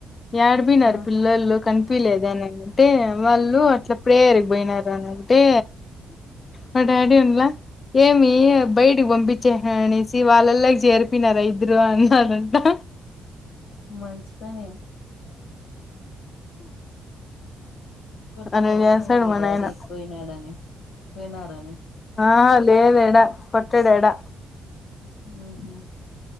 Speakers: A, on the left; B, on the left.
A: యాడికిపోయినారు
B: ఆ
A: పిల్లల్లు కనిపియలేదే అని అంటే వాళ్ళు అట్లప్పుడే ఎరిగిపోయినారు అని అంటే మా డాడీ ఉండలే ఏమి బయటకి పంపి చి అని అనేసి వాళ్ళల్లోకి చేరిపోయినారా ఇద్దరు అన్నారంటా
B: మంచి దనే కోట్లేదా
A: అలా చేస్తాడు
B: మళ్ళా మీ
A: మా
B: డాడీ
A: నాయన
B: పోయినాడని వినరని
A: ఆ లేదు ఏడా కొట్టడు ఏడా
B: ఉహు